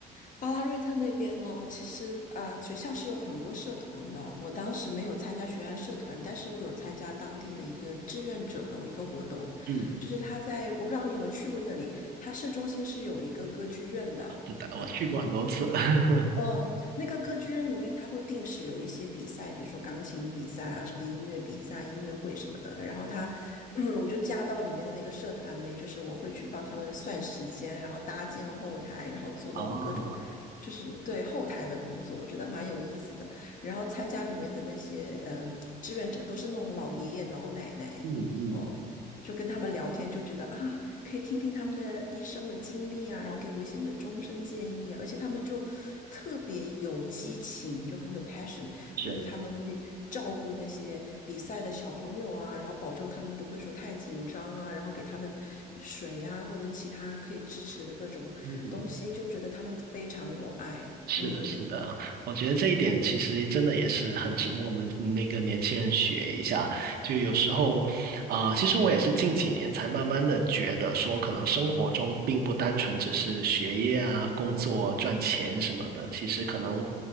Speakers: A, on the left (about 50°); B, on the right (about 65°).
A: 巴拉瑞特那边呢，其实啊、学校是有很多社团的。我当时没有参加学院社团，但是我有参加当地的一个志愿者的一个活动，
B: 嗯。
A: 就是他在我不知道你有没有去过那里，他市中心是有一个歌剧院的，
B: 是的，我去过很多次。
A: 嗯，
B: <laughs>
A: 嗯，那个歌剧院里面，它会定时有一些比赛，比如说钢琴比赛啊，什么音乐比赛、音乐会什么的。然后它，<clears throat> 嗯，我就加到里面的那个社团里面，就是我会去帮他们算时间，然后搭建后台，然后做那种各种，
B: 哦，
A: 就是对后台的工作，我觉得蛮有意思的。然后参加里面的那些呃志愿者，都是那种老爷爷老奶奶，
B: 嗯嗯，
A: 哦，就跟他们聊天，就觉得啊，可以听听他们的一生的经历啊，然后给我一些什么终身建议啊，而且他们就特别有激情，就很有 passion，
B: 是，
A: 就是他们会照顾那些比赛的小朋友啊，然后保证他们不会说太紧张啊，然后给他们水呀、或者其他可以支持的各种东西，
B: 嗯，
A: 就觉得他们非常有爱，
B: 是的，
A: 嗯。
B: 是的，我觉得这一点其实真的也是很值得我们那个年轻人学一下。就有时候啊、呃其实我也是近几年才慢慢的觉得说，可能生活中并不单纯只是学业啊、工作、赚钱什么的。其实可能，